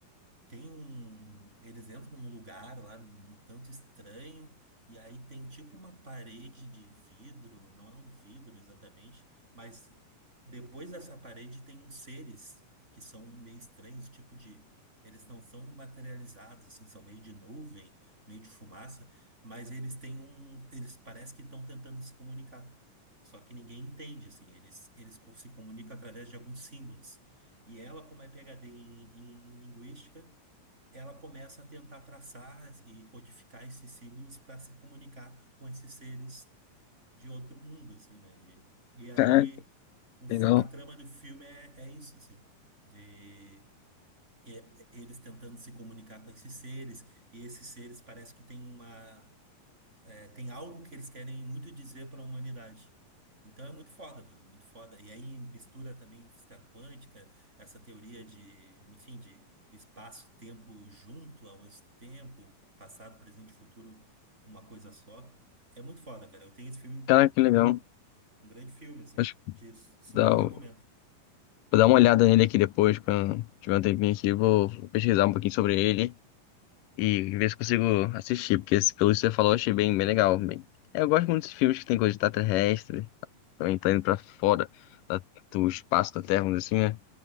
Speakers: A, on the right; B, on the left.
A: Tem um. Eles entram num lugar lá um tanto estranho, e aí tem tipo uma parede de vidro, não é um vidro exatamente, mas depois dessa parede tem uns seres que são meio estranhos, tipo de. Eles não são materializados, assim, são meio de nuvem, meio de fumaça, mas eles têm um. Eles parecem que estão tentando se comunicar. Só que ninguém entende, assim, eles, eles co- se comunicam através de alguns símbolos. E ela, como é PhD em, em linguística, ela começa a tentar traçar e codificar esses símbolos para se comunicar com esses seres de outro mundo, assim, né? De, e aí
B: Caraca,
A: o, fi-
B: legal.
A: a trama do filme é, é isso, assim, de é- eles tentando se comunicar com esses seres, e esses seres parece que têm uma tem algo que eles querem muito dizer para a humanidade. Então é muito foda, mano, muito foda. E aí mistura também física quântica, essa teoria de, enfim, de espaço-tempo junto ao mesmo tempo, passado, presente e futuro, uma coisa só. É muito foda, cara. Eu tenho esse filme
B: Caraca,
A: como
B: que legal.
A: um grande filme, assim.
B: Acho que vou
A: Te super
B: dar,
A: recomendo.
B: o- vou dar uma olhada nele aqui depois, quando tiver um tempinho aqui, vou vou pesquisar um pouquinho sobre ele e ver se consigo assistir, porque esse- pelo que você falou, eu achei bem, bem legal. Bem, é, eu gosto muito desses filmes que tem coisa de extraterrestre, também tá indo pra fora da- do espaço da Terra, vamos dizer assim, né?